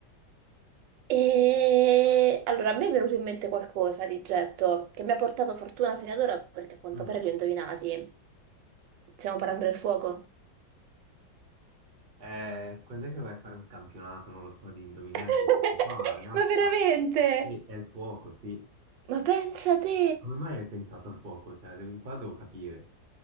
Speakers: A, on the right; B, on the right.
A: E allora a me è venuto in mente qualcosa di getto che mi ha portato fortuna fino ad ora perché a quanto
B: Mm.
A: pare li ho indovinati. Stiamo parlando del fuoco.
B: Eh, quando è che vai a fare un campionato? Non lo so, di indovinelli.
A: <laughs>
B: Ah, ragazza,
A: Ma veramente?
B: Sì, è il fuoco, sì.
A: Ma pensa te!
B: Come mai hai pensato al fuoco? Cioè, devo- qua devo capire.